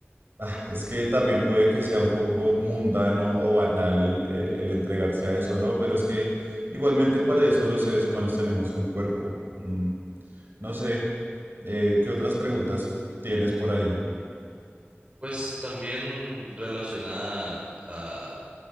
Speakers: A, on the right; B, on the right.
A: Ah, Es que también puede que sea un poco mundano o banal el, el- el entregarse a eso, ¿no? Pero es que igualmente para eso los seres humanos tenemos un cuerpo. Mm, no sé, eh, ¿qué otras preguntas tienes por ahí?
B: Pues también relacionada a,